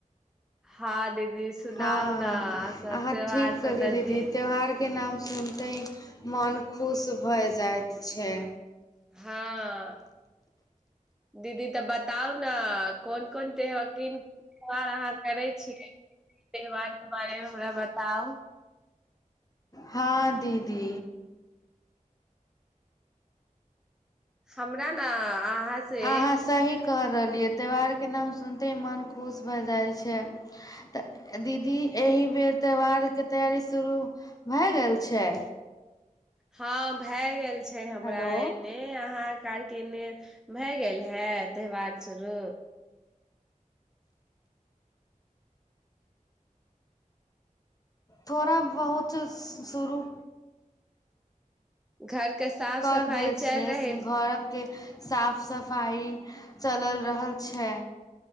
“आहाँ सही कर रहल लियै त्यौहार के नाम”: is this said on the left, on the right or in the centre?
Left